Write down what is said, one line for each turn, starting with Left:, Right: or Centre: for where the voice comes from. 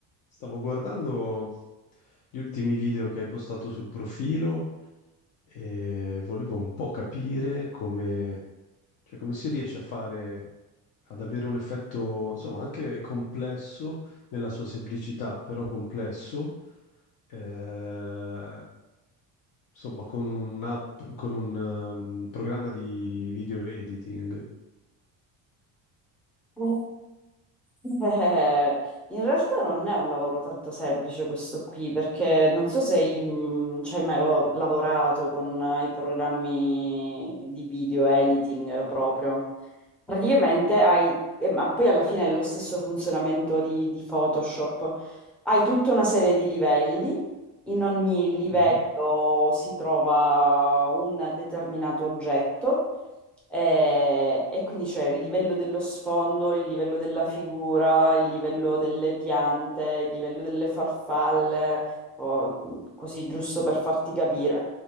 Left: Stavo guardando gli ultimi video che hai postato sul profilo e volevo un po' capire come, cioè come si riesce a fare, ad avere un effetto, insomma, anche complesso nella sua semplicità, però complesso, eh, insomma, con un'app, con un um, programma di video editing.
Centre: Eh, <laughs> in realtà non è un lavoro tanto semplice questo qui, perché non so se hai mm, ci hai mai lo- lavorato con eh, i programmi di video editing eh, proprio. Praticamente hai, eh, ma poi alla fine è lo stesso funzionamento di, di Photoshop, hai tutta una serie di livelli, in ogni livello
Left: Mhm.
Centre: si trova un determinato oggetto eh, e, quindi c'è il livello dello sfondo, il livello della figura, il livello delle piante, il livello delle farfalle, o, mh, così giusto per farti capire.